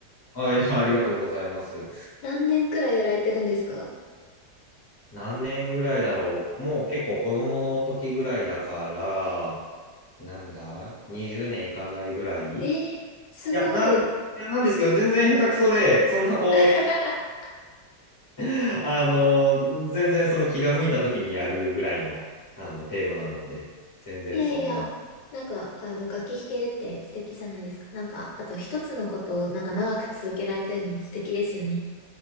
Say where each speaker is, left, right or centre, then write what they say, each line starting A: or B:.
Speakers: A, on the left; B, on the left.
A: あ、いや、ありがとうございます。
B: 何年くらいやられてるんですか
A: 何年ぐらいだろう。もう結構子供の時ぐらいだから、なんだ ?20 年いかないぐらいい
B: えー、すごい。
A: や、なん、いや、なんですけど、全然下手くそで、そんなこ
B: <laughs>
A: う、<laughs> あの、全然その気が向いた時にやるぐらいの、あの、程度なので、全然そんな。
B: いやいや、なんか、あの、楽器弾けるって素敵じゃないですか。なんか、あと一つのことを、なんか長く続けられてるのも素敵ですよね。